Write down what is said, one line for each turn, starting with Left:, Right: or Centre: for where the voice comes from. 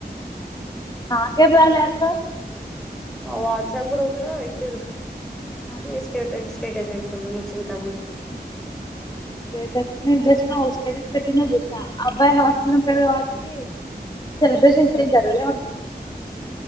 Left: నాకేం రాలే అక్క
Centre: వాట్సాప్ గ్రూపు ల పెట్టిరు
Left: అవునా
Centre: ఇగ స్టేటస్ స్టేటస్ పెట్టుకున్నాడు మా చిన్న తమ్ముడు
Left: స్టేటస్ నేను జస్ట్ నౌ స్టేటస్ పెట్టిందే చూసినా అబ్బాయి హాస్టల్ల ఉంటడు కాబట్టి సెలబ్రేషన్స్ ఎం జరగలేవా?
Centre: ఆ